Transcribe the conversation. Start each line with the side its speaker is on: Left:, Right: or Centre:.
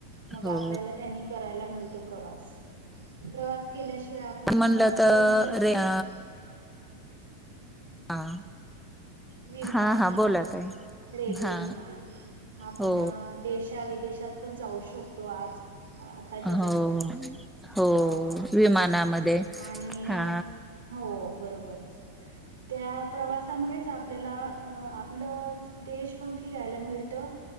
Right: मग
Centre: हो
Right: आपल्याला त्यांनी करायला मिळतो प्रवास प्रवास केल्या शिवाय शीवाय आपण
Centre: म्हणलं तर
Right: कोणाचे सुख
Centre: रे अ हा
Right: विमान
Centre: हा हा
Right: म्हणा
Centre: बोला ताई
Right: रेल्वे
Centre: हा
Right: म्हणा आपण
Centre: हो
Right: देशा विदेशात पण जाऊ शकतो आज आताच्या
Centre: हो
Right: जमान्यात
Centre: हो
Right: अ
Centre: विमानामध्ये
Right: असं आणि
Centre: हा
Right: हो बरोबर त्या प्रवासामुळेच आपल्याला आपलं देश पण फिरायला मिळतं